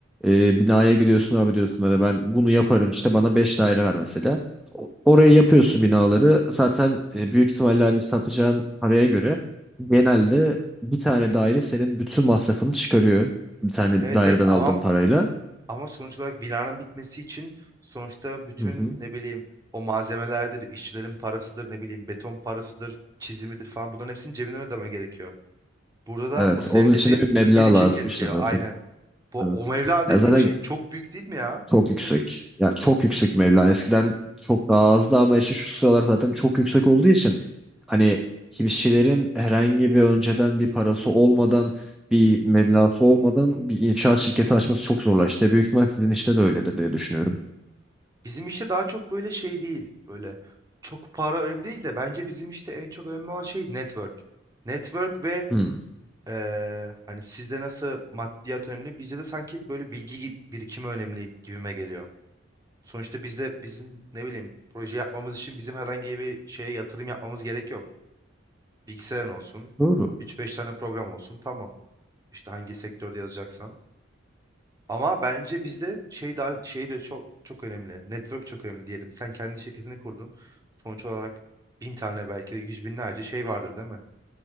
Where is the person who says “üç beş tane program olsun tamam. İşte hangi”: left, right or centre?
Right